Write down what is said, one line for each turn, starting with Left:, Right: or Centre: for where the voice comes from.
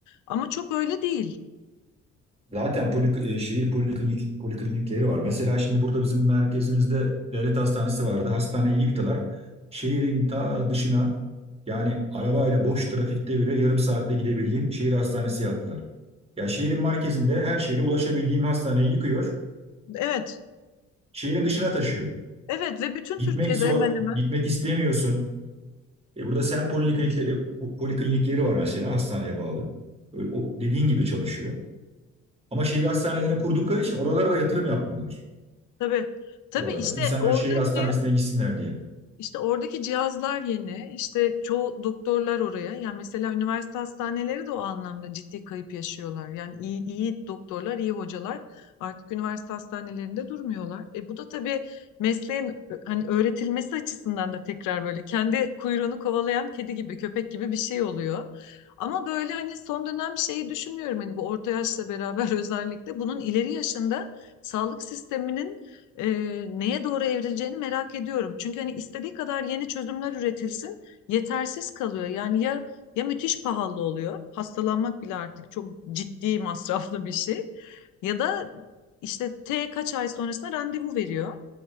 Left: Ama çok öyle değil.
Right: Zaten polik, e, şehir poliklinik, poliklinikleri var. Mesela şimdi burada bizim merkezimizde devlet hastanesi vardı. Hastaneyi yıktılar. Şehrin ta dışına yani arabayla boş trafikte bile yarım saatte gidebildiğim şehir hastanesi yaptılar. Yani şehrin merkezinde her şehre ulaşabildiğim hastaneyi yıkıyor.
Left: Evet.
Right: Şehrin dışına taşıyor.
Left: Evet ve bütün
Right: Gitmek
Left: Türkiye'de
Right: zor.
Left: hemen hemen.
Right: Gitmek istemiyorsun. E burada sen poliklinikleri, poliklinikleri var mesela hastaneye bağlı. Öyle, o dediğin gibi çalışıyor. Ama şehir hastanelerini kurdukları için oralara da yatırım yapmıyorlar.
Left: Tabii. Tabii
Right: buralara.
Left: işte
Right: İnsanlar
Left: oradaki
Right: şehir hastanesine gitsinler diye.
Left: İşte oradaki cihazlar yeni. işte çoğu doktorlar oraya. Yani mesela üniversite hastaneleri de o anlamda ciddi kayıp yaşıyorlar. Yani iyi, iyi doktorlar, iyi hocalar artık üniversite hastanelerinde durmuyorlar. E bu da tabii mesleğin ö- hani öğretilmesi açısından da tekrar böyle kendi kuyruğunu kovalayan kedi gibi, köpek gibi bir şey oluyor. Ama böyle hani son dönem şeyi düşünüyorum hani bu orta yaşla beraber <laughs> özellikle bunun ileri yaşında sağlık sisteminin e, neye doğru evrileceğini merak ediyorum. Çünkü hani istediği kadar yeni çözümler üretilsin, yetersiz kalıyor. Yani ya ya müthiş pahalı oluyor, hastalanmak bile artık çok ciddi masraflı bir şey. Ya da işte T kaç ay sonrasında randevu veriyor.